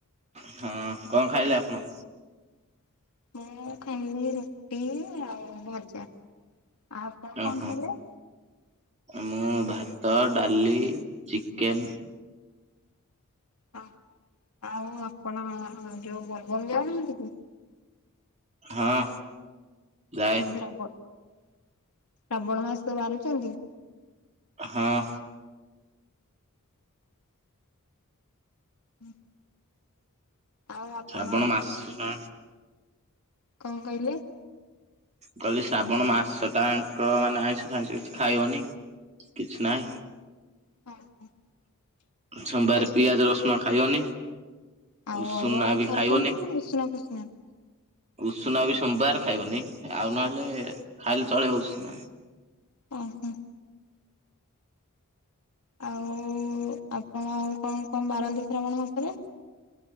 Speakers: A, on the right; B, on the left.
A: ହଁ କଣ ଖାଇଲେ ଆପଣ?
B: ମୁଁ ଖାଇଲିି ରୁଟି ଆଉ ଭଜା। ଆଉ ଆପଣ
A: ଓହୋ
B: କଣ ଖାଇଲେ?
A: ମୁଁ ଭାତ, ଡାଲି, ଚିକେନ୍
B: ହଁ ଆଉ ଆପଣ ଯୋଉ ବୋଲବମ ଯାଉନାହାନ୍ତି କି?
A: ହଁ। ଯାଏ
B: ହଁ ଆଜି ରବ ଶ୍ରାବଣ ମାସ ବାରୁଚନ୍ତି?
A: ହଁ।
B: ହଁ ଆଉ ଆପଣଙ୍କ
A: ଶ୍ରାବଣ ମାସ ନା
B: କଣ କହିଲେ?
A: କହିଲି ଶ୍ରାବଣ ମାସଟା ଆଙ୍କ ମାନେ ଆଇଁଷ ଫାଇଁଷ କିଛି ଖାଇବନି? କିଛି ନାଇଁ।
B: ଅଁ ହଁ।
A: ସୋମବାରେ
B: ହଁ
A: ପିଆଜ ରସୁଣ ଖାଇବନି।
B: ଆଉ
A: ଉଷୁନା
B: ଅରୁଆ
A: ବି
B: ଖାଉଚନ୍ତି
A: ଖାଇବନି
B: ନା ଉଷୁନା ଫୁଷୁନା
A: ଉଷୁନା ବି ସୋମବାର ଖାଇବନି ଆଉ ନହେଲେ ଖାଇଲେ ଚଳିବ ଉଷୁନା।
B: ଓହୋ। ଆଉ ଆପଣ କଣ କଣ ବାରନ୍ତି ଶ୍ରାବଣ ମାସରେ?